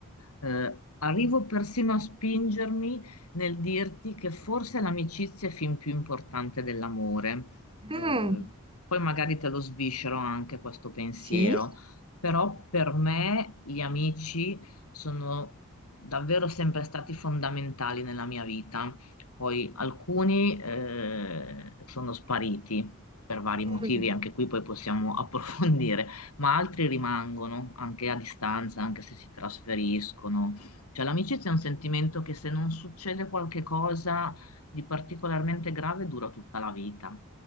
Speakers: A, on the left; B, on the right.
A: Eh, arrivo persino a spingermi nel dirti che forse l'amicizia è fin più importante dell'amore.
B: Mm,
A: Eh, poi magari te lo sviscero anche questo pensiero,
B: Sì.
A: però per me gli amici sono davvero sempre stati fondamentali nella mia vita. Poi alcuni eh, sono spariti per vari motivi,
B: Mm.
A: anche qui poi possiamo <laughs> approfondire, ma altri rimangono anche a distanza, anche se si trasferiscono. Cioè l'amicizia è un sentimento che se non succede qualche cosa di particolarmente grave dura tutta la vita,